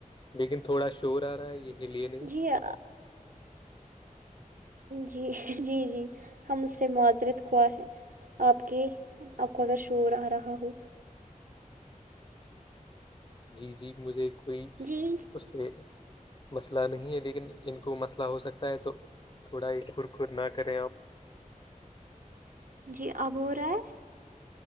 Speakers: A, on the left (about 35°); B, on the right (about 75°).
A: لیکن تھوڑا چور آ رہا ہے یہ کے لیے نہیں-
B: کہ جی- جی- جی ہم اس سے معذرت خواہ ہیں آپ کے آپ کو اگر شور آ رہا ہو-
A: جی- جی مجھے کوئی
B: جی
A: اس مسئلہ نہیں ہے لیکن ان کو مسئلہ ہو سکتا ہے تو- تھوڑا ہی کورکھور نہ کریں آپ-
B: جی اب ہو رہا ہے-